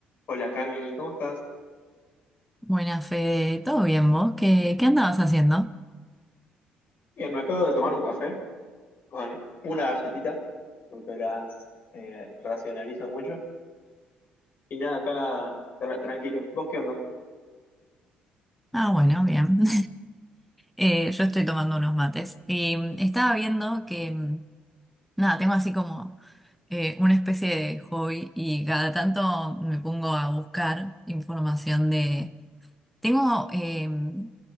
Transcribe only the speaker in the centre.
Buena Fede, ¿todo bien vos? ¿Qué, qué andabas haciendo?
Ah, bueno, bien. <laughs> Eh, yo estoy tomando unos mates y mm, estaba viendo que, mm, nada, tengo así como eh, una especie de hobby y cada tanto me pongo a buscar información de... Tengo eh, un